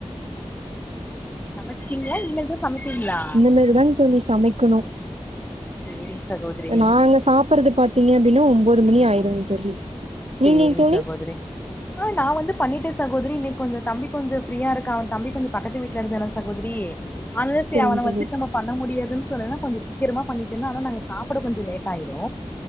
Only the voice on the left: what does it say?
சமச்சீட்ங்களா இனிமேல் தா சமைப்பீங்களா
சேரிங் சகோதரி
சேரிங்
சகோதரி ஆ நா வந்து பண்ணிட்ட சகோதிரி இன்னைக் கொஞ்சோ தம்பி கொஞ்சோ ஃப்ரீயா இருக்கா அவன் தம்பி கொஞ்சோ பக்கத்து வீட்ல இருந்தான்னா சகோதிரி அன்னச்சி
அவன
வச்சிட் நம்ம பண்ண முடியாது ம் சொன்னான கொஞ்சோ சீக்கிரமா பண்ணிட்டனா ஆனா நாங்க சாப்ட கொஞ்சோ லேட் ஆயிரு